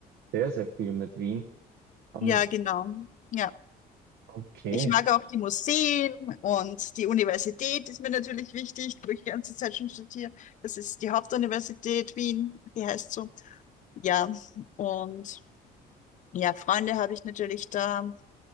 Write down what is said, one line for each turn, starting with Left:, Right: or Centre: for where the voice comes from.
Right: sehr, sehr viel mit Wien. Ähm,
Left: Ja, genau. Ja.
Right: okay,
Left: Ich mag auch die Museen und die Universität ist mir natürlich wichtig, wo ich die ganze Zeit schon studiere. Das ist die Hauptuniversität Wien, die heißt so. Ja, und ja, Freunde habe ich natürlich da